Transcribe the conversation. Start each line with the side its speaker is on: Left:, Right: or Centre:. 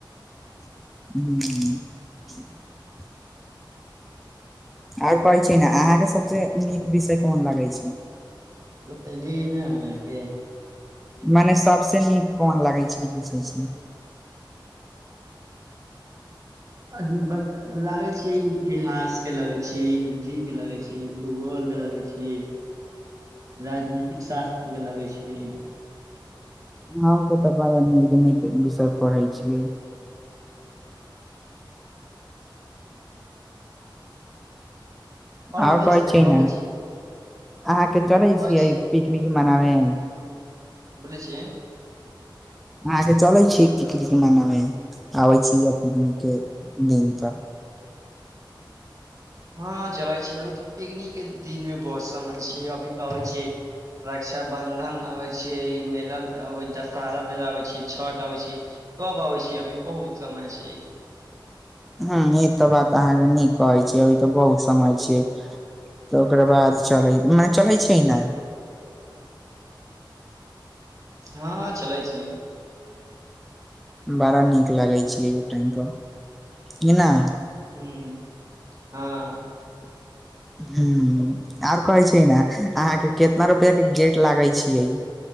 Centre: <inaudible> और कहै छियै न
Right: चलि
Centre: अहाँके सबसे नीक विषय कोन लागै छै
Right: बतलिय न अहांके
Centre: मने सबसे नीक कोन लागै छै ई पूछै छी
Right: अ बत लागै छै इतिहास के लागै छियै हिन्दी के लागै छै भूगोल लगै छी राजनीतिक शास्त्र के लगै छी
Centre: अहोंके तऽ बड़ा नीक नीक विषय पढ़ै छियै <inaudible>
Right: आओर
Centre: और
Right: बतै
Centre: कहै
Right: छी ने
Centre: छै न
Right: छी
Centre: अहाँके चलै
Right: कहै
Centre: छिय
Right: छी
Centre: पिकनिक मनावें
Right: बोलै छि
Centre: अहांके चलै छियै पिकनिक मनावे आबै छियै पिकनिक के दिन त
Right: हँ चलै छी अभी तऽ पिकनिक के दिन मे बहुत समय छै अभी तऽ अबै छै रक्षा बंधन आबै छै मेला आबै दशहरा मेला आबै छै छठ आबै छै सब आबै छै अभी बहुत समय छै
Centre: ह ई तऽ बात अहाँके नीक कहै छै अभी तऽ बहुत समय छियै तऽ ओकरा बाद चलै मैच चलै छै न
Right: हँ चलै छी
Centre: बड़ा नीक लागै छै ओटाइम पर कि न
Right: ह्म हँ
Centre: <inaudible> ह और कहै छै न अहाँके कितना रुपआ के गेट लागै छियै